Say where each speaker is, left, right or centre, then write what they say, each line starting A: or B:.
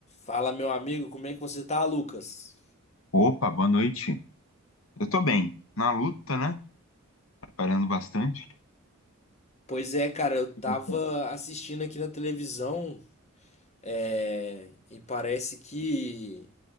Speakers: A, on the left; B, on the left.
A: Fala, meu amigo, como é que você tá, Lucas?
B: Opa, boa noite. Eu tô bem. Na luta, né? Trabalhando bastante.
A: Pois é, cara, eu tava
B: E você?
A: assistindo aqui na televisão, é, e parece que